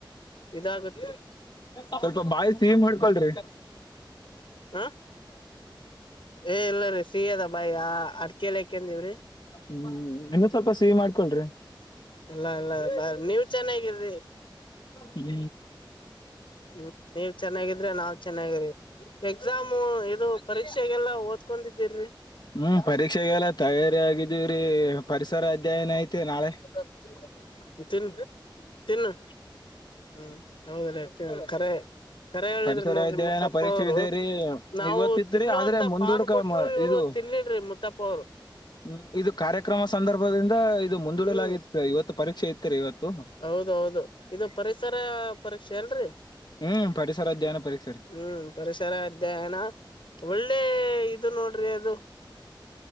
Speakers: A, on the left; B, on the left.
A: ಇದಾಗತ್ರಿ
B: ಸ್ವಲ್ಪ ಬಾಯಿ ಸಿಹಿ ಮಾಡಡ್ಕೊಳ್ರಿ
A: ಹ ಏ ಇಲ್ಲರೀ ಸಿಹಿ ಅದ ಬಾಯಿ ಅಡ್ಕಲ್ಕೆಂದಿವ್ರಿ
B: ಹ್ಮ್ ಇನ್ನೊ ಸ್ವಲ್ಪ ಸಿಹಿ ಮಾಡ್ಕೊಳ್ರಿ <unintelligible>
A: ಎಲ್ಲಾ ಎಲ್ಲ ನೀವ್ ಚೆನ್ನಾಗಿರ್ರಿ
B: ಹ್ಮ್
A: ಹ್ಮ್ ನೀವ್ ಚೆನ್ನಾಗಿದ್ರೆ ನಾವ್ ಚೆನ್ನಾಗಿ ಎಕ್ಸಾಮು ಇದು ಪರೀಕ್ಷೆಗೆೆಗೆ ಎಲ್ಲಾ ಓದ್ಕೊಂಡಿದ್ದಿರಿ
B: ಹ್ಮ್ ಪರೀಕ್ಷೆಗೆಲ್ಲ ತಯಾರಿ ಆಗಿದೀವ್ರೀ ಪರಿಸರ ಅಧ್ಯಯನ ಐತಿ ನಾಳೆ
A: <unintelligible> ತಿನ್ನು ಹ್ಮ ಹೌದ್ರೀ ಕರೆ ಕರೆ ಹೇಳಿದ್ರಿ
B: ಪರಿಸರ
A: ನೋಡ್ರಿ
B: ಅಧ್ಯಯನ
A: ಮುತ್ತಪ್ಪ
B: ಪರೀಕ್ಷೆ
A: ಅವರು
B: ಇದೆ ರೀ
A: ನಾವು
B: ಇವತ್ತಿತ್ರಿ
A: ತಿನ್ನೋಂತ
B: ಆದ್ರೆ ಮುಂದೂಡಕ
A: ಪಾನ್ ಕೊಟ್ಟಟ್ರು
B: ಮ-
A: ಇವ್ರು
B: ಇದು
A: ತಿನ್ನಲ್ರಿ ಮುುತ್ತಪ್ಪ ಅವರು
B: ಹ್ಮ್ ಇದು ಕಾರ್ಯಕ್ರಮ ಸಂದರ್ಭದಿಂದ ಇದು ಮುಂದೂಡಲಾಗಿತ್ತು
A: ಹ್ಮ್
B: ಇವತ್ತು ಪರೀಕ್ಷೆ ಇತ್ತು ರೀ ಇವತ್ತು
A: ಹೌದ ಹೌದು ಇದು ಪರಿಸರ ಪರೀಕ್ಷೆ ತೆಲ್ರಿ
B: ಹ್ಮ್ ಪರಿಸರ ಅಧ್ಯಯನ ಪರೀಕ್ಷೆ ರೀ
A: ಹ್ಮ್ ಪರಿಸರ ಅಧ್ಯಯನ ಒಳ್ಳೆ ಇದು ನೋಡ್ರಿ ಅದು